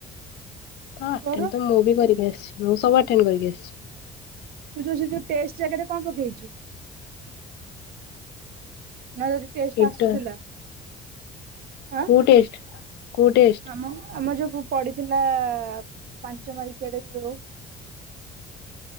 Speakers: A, on the left (about 80°); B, on the right (about 65°).
A: ହଁ ଆଟେଣ୍ଡ୍
B: ତୋର
A: ତ ମୁଁ ବି କରିକି ଆସିଚି ମୁଁ ସବୁ ଆଟେଣ୍ଡ୍ କରିକି ଆସିଚି।
B: ତୁ ଯଉ ସେ ଯଉ ଟେଷ୍ଟ୍ ଜାଗାରେ କଣ୍ ପକେଇଚୁ? ନା ତତେ ଟେଷ୍ଟ୍
A: ଇଣ୍ଟର
B: ଆସୁଥିଲା? -ଆଁ।
A: କଉ ଟେଷ୍ଟ୍ -କଉ ଟେଷ୍ଟ?
B: ଆମ- ଆମ ଯଉ ପଡିଥିଲା ପାଞ୍ଚ ମାର୍କିଆ ଟା ଯଉ।